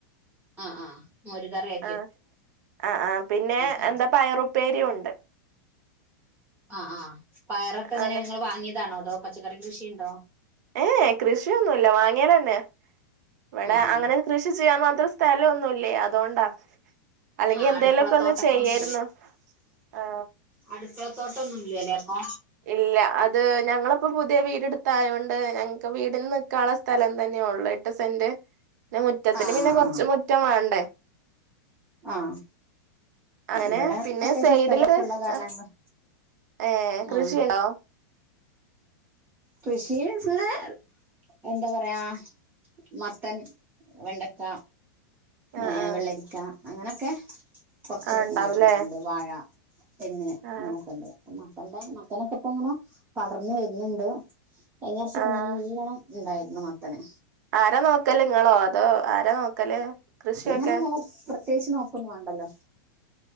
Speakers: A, on the right; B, on the right.
A: ആ ആഹ് മോര് കറിയ
B: ആ ആ ആ പിന്നെ
A: ഉം
B: എന്താ പയറു ഉപ്പേരി ഉണ്ട്.
A: ആ ആ പയറൊക്കെ എങ്ങനെ
B: അങ്ങനെ
A: ഇങ്ങള് വാങ്ങിയതാണോ അതോ പച്ചക്കറി കൃഷിണ്ടോ
B: ഏ ഏ കൃഷിയൊന്നുല്ല വാങ്ങിയതന്നെ ഇവടെ
A: ഉം
B: അങ്ങനെ
A: ഉം
B: കൃഷി ചെയ്യാൻ മാത്രം സ് സ്ഥലോന്നുല്ലേ അതൊണ്ടാ അല്ലെങ്കി
A: ആഹ്
B: എന്തേലോക്ക
A: അടുക്കളത്തോട്ടങ്ങളൊന്നും
B: ഒന്ന് ചെയ്യേയിരുന്നു ആ
A: അട്ക്കള തോട്ടൊന്നും ഇല്ല്യ ല്ലേ അപ്പൊ
B: ഇല്ല അത് ഞങ്ങള്പ്പോ പുതിയ വീട്ത്തായോണ്ട് ഞങ്ങക്ക് വീടിന് നിക്കാള്ള സ്ഥലം തന്നെ ഒള്ളെ എട്ട് സെന്റ് ന്നെ മുറ്റത്തിന്
A: ആഹ്
B: പിന്നെ
A: ആഹ്
B: കൊർച്ച്
A: ആഹ്
B: മുറ്റം വാണ്ടേ
A: ആഹ്
B: അങ്ങനെ
A: ഇവിടെ
B: പിന്നെ
A: അത്യാവശ്യം
B: സൈഡ്ല്
A: സ്ഥലമൊക്കെ ഉള്ള കാരണം
B: അ ഏ കൃഷിണോ
A: ആഹ് കൃഷിന്നച്ചാല് എന്താ പറയാ മത്തൻ വെണ്ടക്ക
B: ആ
A: ഏ
B: ആ
A: വെള്ളരിക്ക അങ്ങനെക്കെ കൊർച്ച്
B: ആ ഉണ്ടാവൂലേ
A: ഇണ്ടാക്കിട്ട്ണ്ട് വാഴ തെങ്ങ്
B: ആ
A: ഇങ്ങനെക്കെ ഇണ്ട് അപ്പ മത്തന്റെ മത്തനൊക്ക ഇപ്പം ഇങ്ങനെ പടർന്നു വര് ന്ണ്ട് കഴിഞ്ഞ വർഷക്ക
B: ആ
A: നല്ലോണം ഇണ്ടായിരുന്നു മത്തന്
B: ആരാ നോക്കല് ഇങ്ങളോ അതോ ആരാ നോക്കല് കൃഷിയൊക്കെ
A: അത്ങ്ങനെ നോ പ്രത്യേകിച്ച് നോക്കന്നും വാണ്ടല്ലോ